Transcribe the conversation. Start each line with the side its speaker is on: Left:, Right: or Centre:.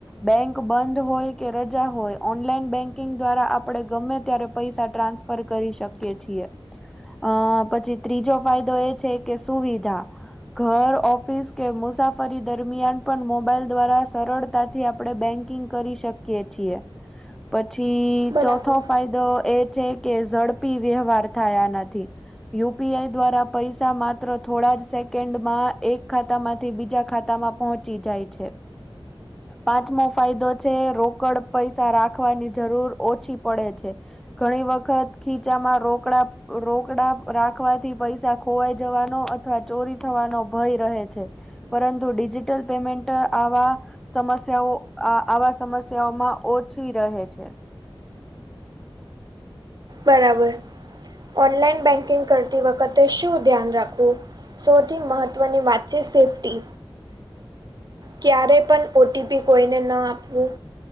Centre: બેંક બંધ હોય કે રજા હોય ઓનલાઈન બેંકિંગ દ્વારા આપડણે ગમે ત્યારે પૈસા ટ્રાન્સ પર કરી શકીએ છીએ અ પછી ત્રીજો ફાયદો એ છે કે સુવિધા ઘર ઓફિસ કે મુસાફરી દરમિયાન પણ મોબાઈલ દ્વારા સરળતા થી આપણે બેંકિંગ કરી શકીયે છીએ પછી
Right: બરાબર.
Centre: ચોથો ફાય તો એ છે કે ઝડપી વ્યવહાર થાયા નથી. યુપીઆઈ દ્વારા પૈસા માત્ર થોડા જ સેકન્ડ માં એક ખાતા માંથી બીજા ખાતામાં પહોંચી જાય છે. પાંચમો ફાયદો છે રોકડ પૈસા રાખવાની જરૂર ઓછી પડે છે. ઘણી વખત ખીચામાં રોકડા રોકડા રાખવાથી પૈસા ખોવાઈ જવાનો અથવા ચોરી થવાનો ભય રહે છે. પરંતુ ડિજિટલ પેમેન્ટ આવા સમસ્યાઓ આ આવા સમસ્યાઓમાં ઓછી રહે છે.
Right: બરાબર ઓનલાઈન બેંકિંગ કરતી વખતે શું ધ્યાન રાખવું. સૌથી મહત્વની વાત છે સેફ્ટી ક્યારે પણ ઓટીપી કોઈને ના આપવું.